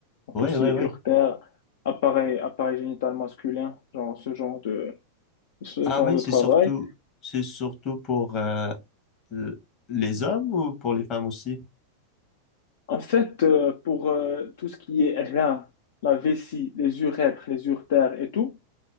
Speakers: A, on the left; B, on the left.
A: Donc,
B: Oui,
A: tout ce
B: oui,
A: qui est
B: oui.
A: urtère, appareil, appareil génital masculin, genre ce genre de, ce
B: Ah
A: genre
B: oui,
A: de
B: c'est
A: travail.
B: surtout, c'est surtout pour euh, l- les hommes ou pour les femmes aussi?
A: En fait, euh, pour euh, tout ce qui est rein, la vessie, les urètres, les urtères et tout,